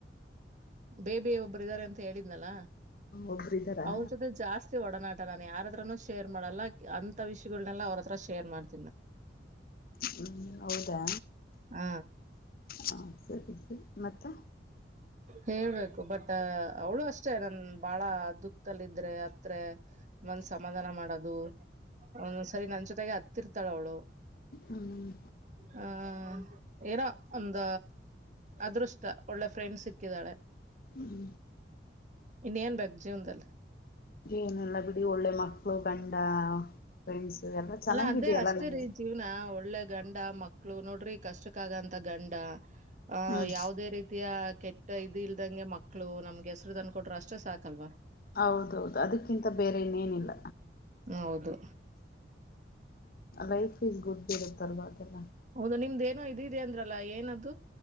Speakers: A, on the right; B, on the left.
A: ಬೇಬಿ ಒಬ್ಬರು ಇದಾರೆ ಅಂತ ಹೇಳಿದ್ನಲ್ಲ
B: ಒಬ್ರು ಇದ್ದಾರಾ
A: ಅವ್ರ ಜೊತೆ ಜಾಸ್ತಿ ಒಡನಾಟ.. ನಾನನ್ ಯಾರ ಹತ್ರಾನೂ ಶೇರ್ ಮಾಡಲ್ಲ ಅಂತ ವಿಷಯಗಳನ್ನನೆಲ್ಲ ಅವ್ರ ಹತ್ರ ಶೇರ್ ಮಾಡ್ತ..
B: ಹ್ಮ್ ಹೌದಾ.
A: ಹ
B: ಹಾ ಸರಿ ಸರಿ ಮತ್ತೆ..
A: ಹೇಳ್ಬೇಕು ಬಟ್ ಅವಳು ಅಷ್ಟೇ ನನ್ ಬಾಳ ದುಖಲ್ಲ ಇದ್ರೆ ಹತ್ರ.. ಒಂದ್ ಸಮಾಧಾನ ಮಾಡೋದು ಒಂದೊ್ಸರಿ ನನ್ ಜೊತೆಗೆ ಹತ್ತಿರ್ತಾಳ ಅವಳು..
B: ಹ್ಮ್
A: ಹಾ. ಏನೋ ಒಂದ ಅದೃಷ್ಟ ಒಳ್ಳೆ ಫ್ರೆಂಡ್ ಸಿಕ್ಕಿದಾಳೆ..
B: ಹ್ಮ್.
A: ಇನ್ನ ಏನ್ ಬೇಕ ಜೀವನ್ನದಲ್ಲಿ
B: ಏನೆಲ್ಲಾ ಬಿಡಿ ಒಳ್ಳೆ ಮಕ್ಳು ಗಂಡ ಫ್ರೆಂಡ್ಸ್ ಎಲ್ಲ ಚೆನ್ನಾಗಿದೆಯಲ್ಲ
A: ಅಲ್ಲ ಅದೇ ಅಷ್ಟೇ
B: ನಿಮ್ದು
A: ರೀ ಜೀವ್ನ ಒಳ್ಳ ಒಳ್ಳೆ ಗಂಡ ಮಕ್ಳು ನೋಡ್ರಿ ಕಷ್ಟಕ್ಕ ಆಗಂತ ಗಂಡ ಆ
B: ಹ್ಮ್
A: ಯಾವದೇ ರೀತಿಯ ಕೆಟ್ಟ ಇದಿಲ್ ಇದಂಗೆ ಮಕ್ಳು ನಮ್ಗೆ ಹೆಸರು ತನ್ ಕೊಟ್ರರು ಅಷ್ಟೇ ಸಾಕಲ್ವಾ
B: ಹೌದೌದು ಅದಕ್ಕಿಂತ ಬೇರೆ ಇನೇನಿಲ್ಲ
A: ಹೌದು
B: ಲೈಫ್ ಇಸ್ ಗುಡ್ ಇರುತ್ತಲ್ವಾ ಅದೆಲ್ಲ..
A: ಹೌದ ನಿಮ್ದೇಏನೋ ಇದು ಇದೆ ಅಂದ್ರಲ್ಲ ಏನದು